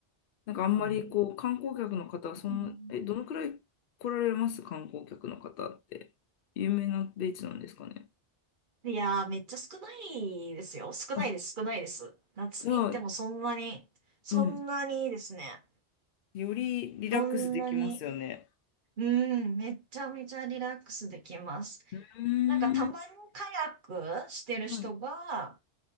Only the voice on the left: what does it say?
なんかあんまりこう観光客の方はそんなえ、
どのくらい来られます観光客の方って。有名なビーチなんですかね。
あ、
じゃあ、
うん。よりリラックスできますよね。
うーん
は